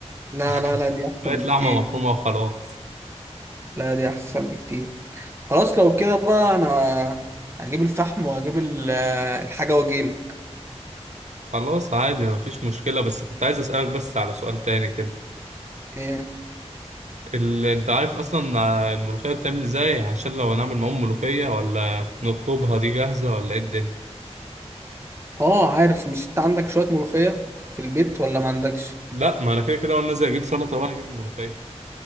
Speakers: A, on the right; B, on the right.
A: لا
B: <laughs>
A: لا لا دي أحسن
B: شوية لحمة
A: بكتير
B: مفرومة وخلاص
A: لا دي أحسن بكتير خلاص لو كده بقى انا هجيب الفحم وهجيب ال- الحاجة واجيلك
B: خلاص عادي مفيش مشكلة بس كنت عايز أسألك بس على سؤال تاني كده
A: ايه
B: اللي أنت عارف أصلا الملوخية بتعمل إزاي عشان لو هنعمل معاهم ملوخية ولا نطلبها دي جاهزة ولا إيه الدنيا؟
A: اه عارف مش انت عندك شوية ملوخية في البيت ولا ما عندكش
B: لأ ما أنا كده كده وأنا نازل أجيب سلطة بقى أجيب الملوخية